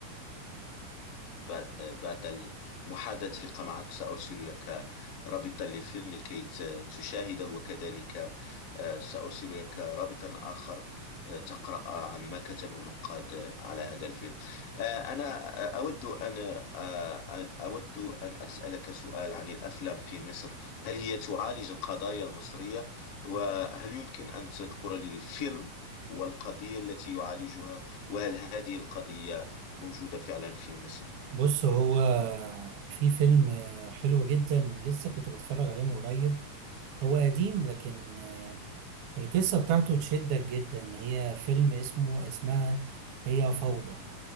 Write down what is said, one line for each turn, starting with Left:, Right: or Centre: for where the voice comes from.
Left: بعد بعد المحادثة معك سأرسل لك رابطا للفيلم لكي ت- تشاهده وكذلك آه، سأرسل لك رابطا آخر آه، تقرأ عن ما كتبه النقاد آه، على هذا الفيلم آه، أنا آه، أود أن آه، أود أن أسألك سؤال عن الأفلام في مصر هل هي تعالج القضايا المصرية وهل يمكن أن تذكر لي فيلم والقضية التي يعالجها وهل هذه القضية موجودة فعلا في مصر؟
Right: بص هو في فيلم حلو جدا لسه كنت بتفرج عليه من قريب هو قديم لكن آه، القصة بتاعته تشدك جدا هي فيلم اسمه اسمها هي فوضى